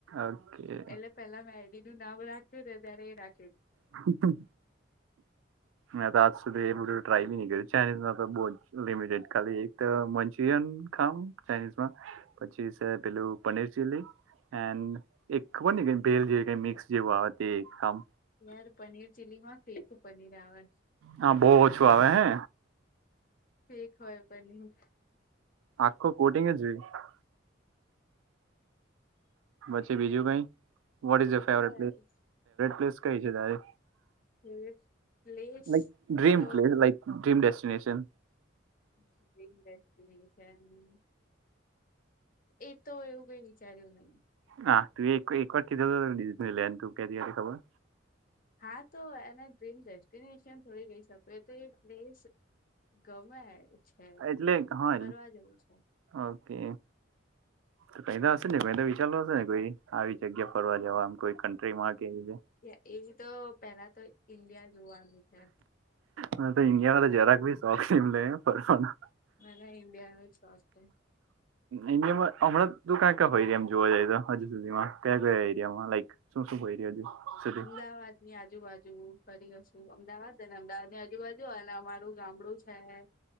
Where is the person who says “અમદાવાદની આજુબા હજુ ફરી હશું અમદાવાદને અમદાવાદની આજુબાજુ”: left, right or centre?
Left